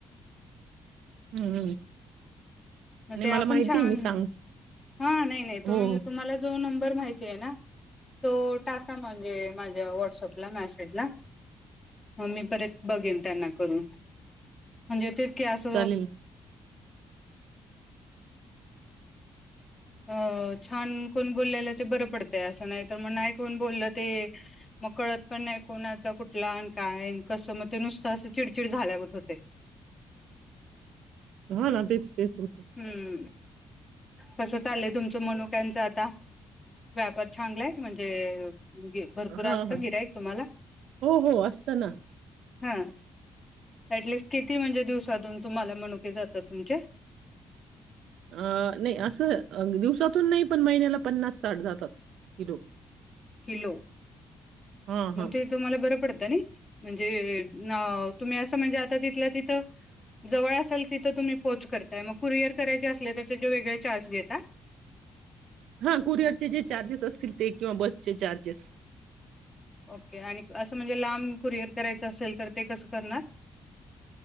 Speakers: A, on the right; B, on the left.
A: हं हम्म.
B: म
A: नाही
B: ते
A: मला
B: आपण
A: माहिती
B: छान
A: आहे, मी सांग
B: हा नाइ नाइ तुमी
A: हो हो
B: तुम्हाला जो नंबर माहितीये ना तो टाका म्हणजे माझ्या वॉटसपला मॅसेजला म मी परत बघेन त्यांना करून. म्हणजे तेच की आस
A: चालेल
B: अ छान कोण बोललेलं ते बरं पडतय असं नाही तर मग नाय कोण बोललं ते मग कळत पण नाही कोणाचा कुठला अन काय न कसं मग ते नुसतं असं चिडचिड झाल्यागत होतय.
A: ना. हा ना तेच तेच होतं
B: हम्म. कसं चाललंय तुमचं मनुक्यांच आता व्यापार छांगलाय म्हणजे भरपूर
A: हा
B: असतं
A: हा
B: गिरायक तुम्हाला
A: हो हो असत ना
B: हा ॲटलिस्ट किती म्हणजे दिवसांतून तुम्हाला मनुके जातात तुमचे
A: अ नई असं दिवसातून नाही पण महिन्याला पन्नास साठ जातात किलो.
B: किलो
A: हां, हां.
B: म ते तुम्हाला बरं पडत तनी म्हणजे अ तुम्ही अस म्हणजे आता जीथल्या तिथ जवळ असल तिथ तुम्ही पोच करताय म कुरिअर करायचे असले त त्याचे वेगळे र्चास घेता.
A: हां, कुरिअरचे जे चार्जेस असतील ते किंवा बसचे चार्जेस
B: ओके आणि असं म्हणजे लांब कुरिअर करायचं असेल तर ते कसं करणार.